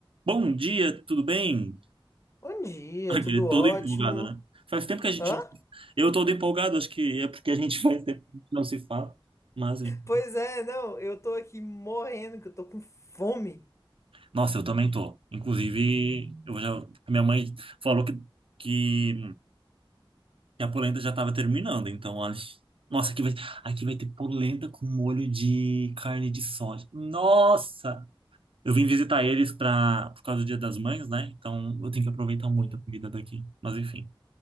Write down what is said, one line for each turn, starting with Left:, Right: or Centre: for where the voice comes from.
Right: Bom dia, tudo bem?
Left: Bom dia,
Right: <laughs> Aquele
Left: tudo
Right: todo
Left: ótimo.
Right: empolgado, né? Faz tempo que a gente
Left: Hã?
Right: não... Eu todo empolgado, acho que é porque a gente <laughs> faz tempo que não se fala. Mas, hein.
Left: Pois é, não, eu tô aqui morrendo, que eu tô com fome.
Right: nossa, eu também tô. Inclusive, eu já... a Minha mãe falou que, que, que a polenta já tava terminando, então, olha... Nossa, aqui vai, aqui vai ter polenta com molho de carne de soja. Nossa! Eu vim visitar eles pra... por causa do Dia das Mães, né? Então, eu tenho que aproveitar muito
Left: Sim,
Right: a comida daqui. Mas, enfim.